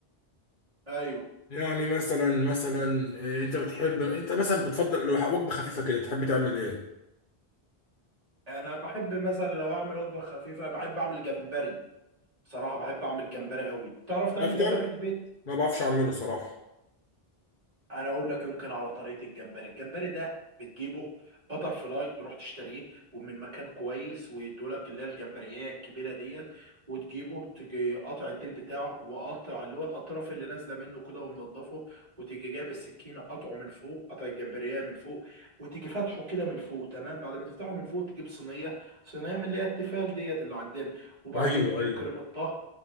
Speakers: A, on the right; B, on the left.
A: ايوه
B: يعني مثلا مثلا إيه، انت بتحب انت مثلا بتفضل لو وجبه خفيفه كده تحب تعمل ايه؟
A: انا بحب مثلا لو اعمل وجبه خفيفه بحب اعمل جمبري بصراحة بحب أعمل جمبري قوي تعرف تعمل
B: افطر
A: جمبري في البيت
B: ما بعرفش اعمله صراحه
A: أنا أقول لك يمكن على طريقة الجمبري الجمبري ده بتجيبه بتر فلاي تروح تشتريه ومن مكان كويس ويدولك اللي هي الجمبرية الكبيرة ديت وتجيبه تجي قاطع الديل بتاعه وقاطع اللي هو الأطراف اللي نازلة منه كده ومنضفه وتيجي جايب السكينة قاطعه من فوق قاطع الجمبرية من فوق وتيجي فاتحه كده من فوق تمام بعد ما تفتحه من فوق تجيب صينية صينية من اللي هي التيفال ديت اللي عندنا وبعدين
B: ايوه
A: تجيب
B: ايوه
A: كريمة طهي